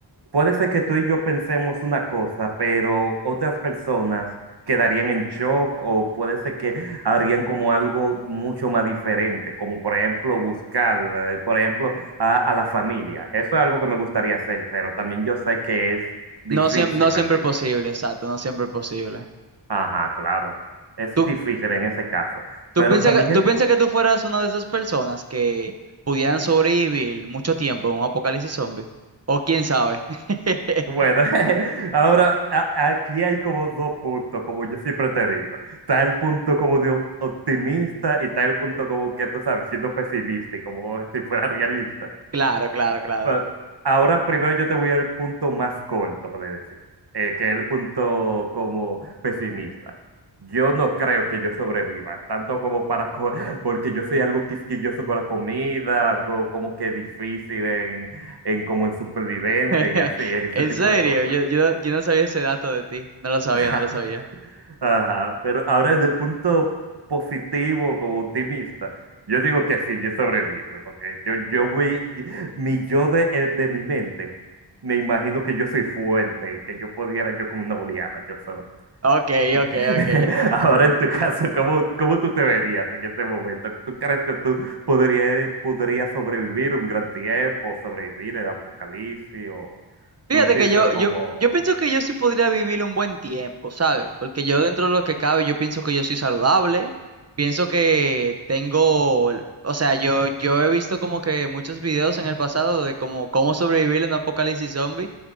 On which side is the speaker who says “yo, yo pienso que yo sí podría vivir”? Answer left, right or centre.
Right